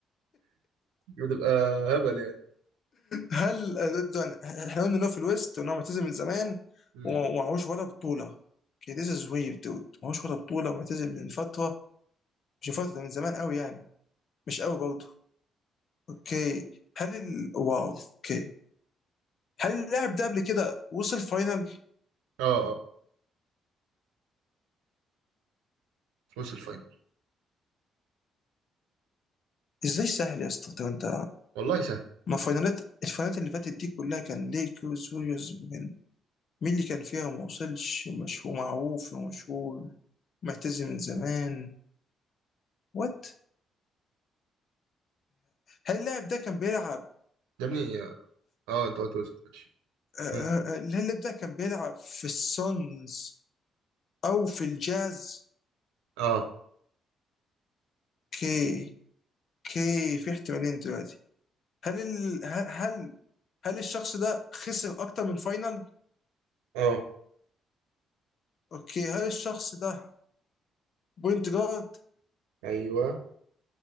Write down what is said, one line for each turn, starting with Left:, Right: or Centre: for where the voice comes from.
Right: بتبقى هبل يعني
Left: هل ضد احنا قلنا انه في الويست وان هو معتزل من زمان
Right: مم.
Left: ومعهوش ولا بطوله اوكي ذيس از ويرد دود معهوش ولا بطوله ومعتزل من فتره مش من فتره ده من زمان قوي يعني مش قوي برضه اوكي هل ال... واو اوكي هل اللاعب ده قبل كده وصل فاينل
Right: اه اه وصل الفاينل
Left: ازاي سهل يا اسطى طب انت
Right: والله سهل
Left: ما فاينالات الفاينالات اللي فاتت دي كلها كان ليكرز ويوز مين مين اللي كان فيها وما وصلش ومش ومعروف ومشهور معتزل من زمان وات هل اللاعب ده كان بيلعب
Right: يا ابني اه انت قلت وصل ماشي
Left: آه، آه،
Right: مم.
Left: الهلب ده كان بيلعب في السونز او في الجاز
Right: اه
Left: كي كي في احتمالين دلوقتي هل ال... ه- هل هل الشخص ده خسر اكتر من فاينل
Right: اه
Left: اوكي هل الشخص ده بوينت جارد
Right: ايوه